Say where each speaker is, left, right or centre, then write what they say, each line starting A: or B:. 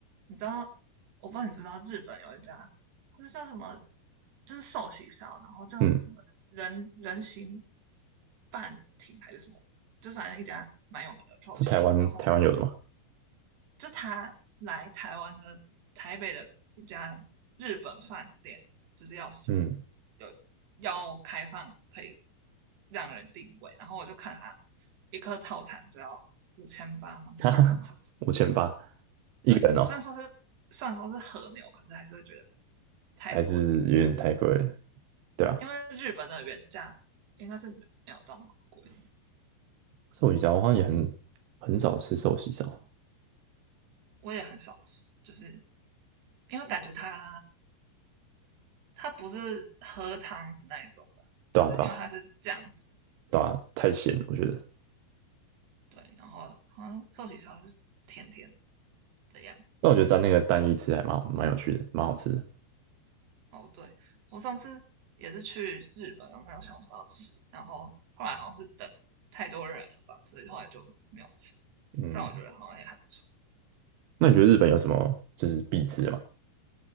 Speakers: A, on the right; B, on the right.
A: 你知道，我不知道你知不知道日本有一家，它是叫什么，就是寿喜烧，然后叫什么人人形
B: 嗯，
A: 半亭还是什么，就反正一家蛮有名的寿喜烧，
B: 是台湾台湾有的吗？
A: 然后就他来台湾的台北的一家日本饭店，就是要是
B: 嗯，
A: 有要开放可以让人定位，然后我就看他一颗套餐就要五千八嘛，
B: <laughs> 哈哈，
A: 然后差不多。
B: 五千八一个人哦，
A: 对，虽然说是虽然说是和牛，可是还是会觉得太贵，
B: 还是有点太贵了。对啊，
A: 因为日本的原价应该是没有到那么贵，
B: 寿喜烧我好像也很很少吃寿喜烧，
A: 我也很少吃，就是因为感觉它它不是喝汤的那一种吧？
B: 对啊对啊
A: 就是因为它是酱汁，对
B: 对啊，太咸了我觉得。
A: 对，然后好像寿喜烧是甜甜的样子。
B: 但我觉得沾那个蛋一吃还蛮好蛮有趣的，蛮好吃的。
A: 哦，对，我上次也是去日本，然后有想说要吃，然后后来好像是等太多人了吧，所以后来就没有吃。
B: 嗯，
A: 不然我觉得好像也还不错。
B: 那你觉得日本有什么就是必吃的吗？